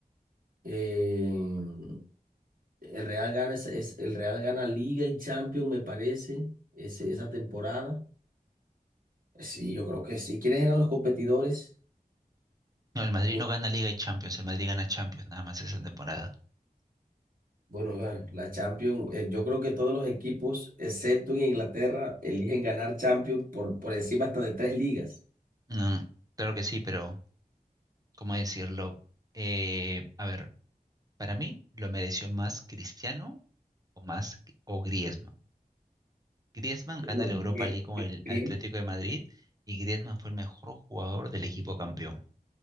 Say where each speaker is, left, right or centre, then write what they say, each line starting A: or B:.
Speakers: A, on the right; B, on the right.
A: Eh, el Real gana, es, es- el Real gana Liga y Champions, me parece, ese- esa temporada. Sí, yo creo que sí. ¿Quiénes eran los competidores?
B: No, el Madrid
A: Mi-
B: no gana Liga y Champions, el Madrid gana Champions nada más esa temporada.
A: Bueno, bueno, la Champions, eh, yo creo que todos los equipos, excepto en Inglaterra, eligen ganar Champions por, por encima hasta de tres ligas.
B: No, claro que sí, pero ¿cómo decirlo? Eh, a ver, para mí lo mereció más Cristiano o más o Griezmann. Griezmann
A: Bueno,
B: gana la
A: bien,
B: Europa League con el
A: bien.
B: Atlético de Madrid y Griezmann fue el mejor jugador del equipo campeón.